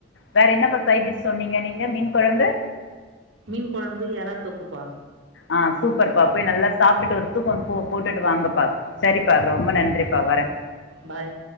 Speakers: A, on the left (about 70°); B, on the right (about 80°).
A: வேற என்னப்பா சைடிஷ் சொன்னீங்க மீன் கொழம்பு
B: மீன் கொழம்பு யரா தொக்குப்பா
A: ஆ சூப்பர்ப்பா போய் நல்லா சாப்ட்டுட்டு ஒரு தூக்கோ போ போட்டுட்டு வாங்கப்பா செரிப்பா ரொம்ப நன்றிப்பா வர
B: பாய்